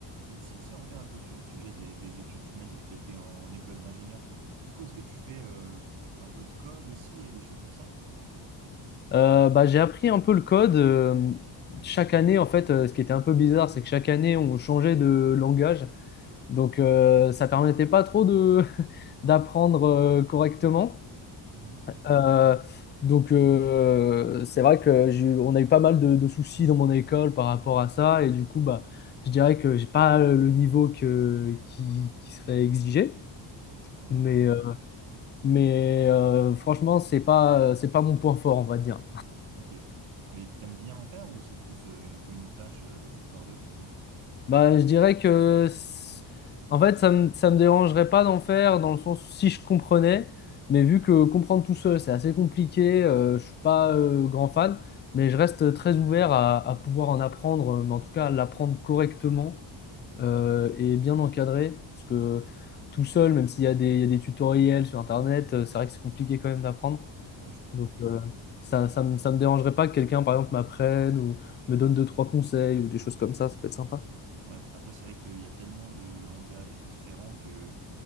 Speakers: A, on the right (about 80°); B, on the left (about 25°).
A: Mais si, si on revient un peu sur le sujet des, des études, tu m'as dit que tu étais en école d'ingénieur. Du coup, est-ce que tu fais euh, un peu de code aussi et des choses comme ça?
B: Euh, bah, j'ai appris un peu le code. euh, chaque année, en fait, euh, ce qui était un peu bizarre, c'est que chaque année, on changeait de langage. Donc, euh, ça permettait pas trop de <laughs> d'apprendre euh, correctement.
A: Mhm.
B: Euh, donc, euh, c'est vrai que j'ai eu- on a eu pas mal de, de soucis dans mon école par rapport à ça. Et du coup, bah, je dirais que j'ai pas le niveau que, qui, qui serait exigé.
A: Ouais,
B: Mais, euh, mais euh, franchement, c'est pas, c'est pas mon point fort, on va dire.
A: ok. Mais t'aimes bien en faire ou c'est plus euh, un peu une tâche, euh, une corvée pour toi?
B: Bah, je dirais que, c- en fait, ça me, ça me dérangerait pas d'en faire, dans le sens où si je comprenais, mais vu que comprendre tout seul, c'est assez compliqué, euh, je suis pas euh, grand fan, mais je reste très ouvert à, à pouvoir en apprendre, euh, mais en tout cas, à l'apprendre correctement euh, et bien encadré, parce que tout seul, même s'il y a des, il y a des tutoriels sur Internet, euh, c'est vrai que c'est compliqué quand même d'apprendre.
A: Ouais, je suis d'accord.
B: Donc, euh, ça, ça me, ça me dérangerait pas que quelqu'un, par exemple, m'apprenne ou me donne deux, trois conseils ou des choses comme ça, ça peut être sympa.
A: Ouais. Après, c'est vrai qu'il y a tellement de langages différents que